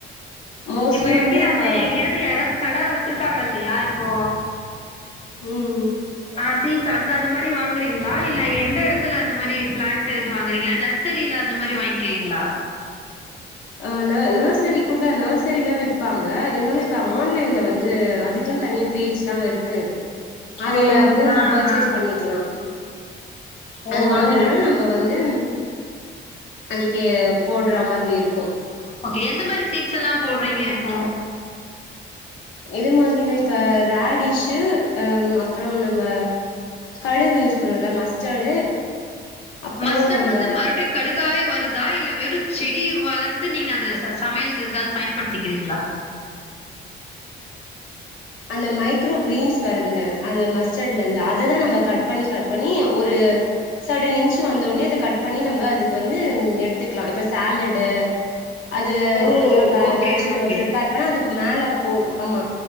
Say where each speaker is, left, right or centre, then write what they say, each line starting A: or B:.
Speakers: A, on the left; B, on the left.
A: மோஸ்ட்லி
B: இப்ப எப்டி
A: வந்து
B: அது
A: இப்ப
B: எங்கியாது யாராது கடை வெச்சிருக்காங்க இல்லையா இப்போ
A: ம்
B: ஆ சீட்ஸ் அங்க அந்த மாரி வாங்குறீங்ளா இல்ல எந்த எடத்துல அந்த மாரி பிளான்ட்து வாங்குறீங்க நர்சரில அந்த மாரி வாங்கிறீங்ளா
A: ஆ ந நர்சரி கூட நர்சரில விப்பாங்க இருந்தாலு இப்ப ஆன்லைன்ல வந்து அதுக்குன் தனியா பேஜெல்லா இருக்கு அதுல
B: ஓ!
A: வந்து நம்ம
B: ஆ
A: பர்சேஸ்
B: ஆ.
A: பண்ணிக்கலா
B: ஓஹோ!
A: அது வாங்கிட்டோனா நம்ப வந்து அந்த கே போட்றா மாதரி இரு
B: ஓகே எந்த மாரி சீட்ஸெல்லா போடுறீங்க இப்போ
A: எது மாதிரினா இப்ப ராடிஷு அ ம் அப்றோம் நம்ப கடுகு சொன்னனல்ல மஸ்டர்டு அப்புறோ
B: மஸ்டர்டு
A: நம்ம
B: வந்து மறுபடி கடுகாவே வருதா இல்ல வெறு செடி வளந்து நீங்க அத ச சமையலுக்கு எதுக்காது பயன்படுத்திகிறீங்ளா
A: அந்த மைக்ரோ கிரீன்ஸ் வருதுல அந்த மஸ்டர்டுலந்து அததா நம்ம கட் பண்ணி கட் பண்ணி ஒரு சடன் இன்ச்சு வந்தனொன்னே அத கட் பண்ணி நம்ப அதுக்கு வந்து எடுத்துக்லா இப்ப சேலடு அது
B: ஓ!
A: அதுக்கப்றோ வேற
B: ஓகே
A: எதாச்சு நம்ப
B: ஓகே.
A: பிரிப்பேர் அப்பனா அதுக்கு மேல போ ஆமா